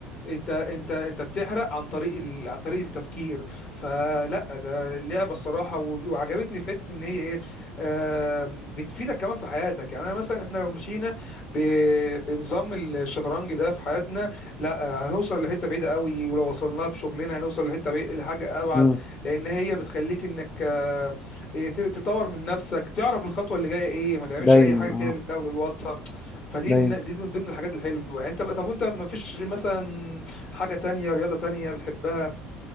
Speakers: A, on the left; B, on the left.
A: انت انت انت بتحرق عن طريق ال... عن طريق التفكير فلا ده اللعبه الصراحه وب- وعجبتني في حته ان هي ايه آه بتفيدك كمان في حياتك يعني انا مثلا احنا لو مشينا ب... بنظام الشطرنج ده في حياتنا لا آه، هنوصل لحته بعيده قوي ولو وصلناها في شغلنا هنوصل لحته بعيدة لحاجه ابعد
B: مم،
A: لان هي بتخليك انك آه إيه، تطور من نفسك تعرف الخطوه اللي جايه ايه ما تعملش
B: دايما
A: اي حاجه كده
B: اه
A: لله وللوطن فدي
B: دايما
A: من دي من ضمن الحاجات الحلوه يعني انت بقى طب وانت ما فيش مثلا حاجه تانية رياضه تانية بتحبها